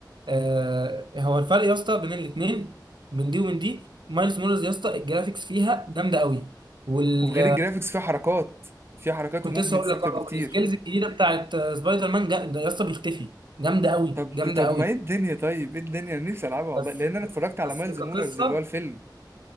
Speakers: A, on the right (about 80°); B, on the right (about 30°).
A: آه هو الفرق يا اسطى بين الاثنين من دي ومن دي مايلز مورالز يا اسطى الجرافيكس فيها جامده قوي وال
B: وغير الجرافيكس فيها حركات فيها حركات
A: كنت
B: وموفمنتس
A: لسه هقول لك
B: اكتر
A: اه
B: بكتير
A: السكيلز الجديده بتاعت آه، سبايدر مان جا- ده يا اسطى بيختفي جامده قوي
B: طب
A: جامده
B: طب
A: قوي
B: ما ايه الدنيا طيب ايه الدنيا انا نفسي العبها والله
A: بس
B: لان انا اتفرجت على
A: بس
B: مايلز
A: كقصه
B: مورالز اللي هو الفيلم